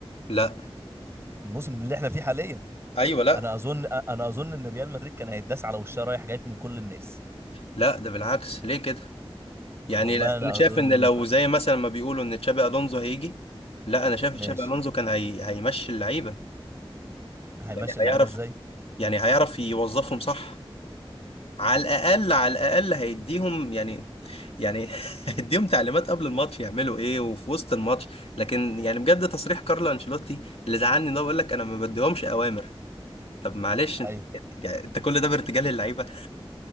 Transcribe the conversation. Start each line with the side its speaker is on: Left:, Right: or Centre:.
Left: لا
Right: الموسم اللي احنا فيه حاليا
Left: ايوه لا
Right: انا اظن انا اظن ان ريال مدريد كان هيتداس على وشها رايح جاي من كل الناس
Left: لا ده بالعكس ليه كده يعني
Right: والله
Left: لا انا
Right: انا
Left: شايف
Right: اظن
Left: ان
Right: ان
Left: لو
Right: كو-
Left: زي مثلا ما بيقولوا ان تشابي الونزو هيجي لا انا شايف
Right: ماشي
Left: تشابي الونزو كان هي... هيمشي اللعيبة
Right: هيمشي
Left: يعني هيعرف
Right: اللعيبة ازاي
Left: يعني هيعرف يوظفهم صح على الاقل على الاقل هيديهم يعني يعني <laughs> هيديهم تعليمات قبل الماتش يعملوا ايه وفي وسط الماتش لكن يعني بجد تصريح كارلو انشيلوتي اللي زعلني ده بيقول لك انا ما بديهمش اوامر طب معلش انت
Right: ايوه
Left: <laughs> يعني انت كل ده بارتجال للعيبه